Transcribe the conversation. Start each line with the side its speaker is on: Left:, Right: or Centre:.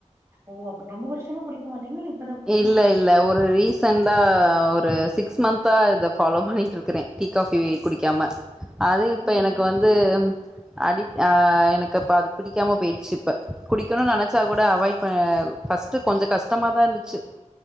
Right: ஓ அப் ரொம்ப வருஷமா குடிக்க மாட்டீங்கங்ளா இல்ல இப்
Centre: இல்ல இல்ல ஒரு ரீசண்டா ஒரு சிக்ஸ் மந்த்தா இத ஃபாலோ பண்ணிட்ருக்கறே டீ காஃபி குடிக்காம அது இப்ப
Right: ஓ ஏ
Centre: எனக்கு வந்து ம் அடி அ எனக்கு இப்ப அது பிடிக்காம போய்ட்ச்சு இப்ப குடிக்கனு நெனச்சா கூட அவாய் ப பஸ்ட்டு கொஞ் கொஞ்சோ கஷ்டமா தா இர்ந்துச்சு